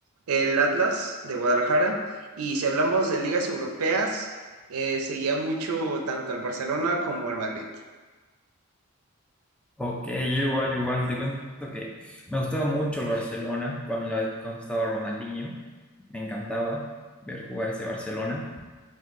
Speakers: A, on the right; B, in the centre.
A: el Atlas de Guadalajara, y si hablamos de ligas europeas, eh, seguía mucho tanto al Barcelona como al Madrid.
B: Ok, igual, igual, te cuento que me gustaba mucho el Barcelona cuando, la- cuando estaba Ronaldinho. Me encantaba ver jugar ese Barcelona,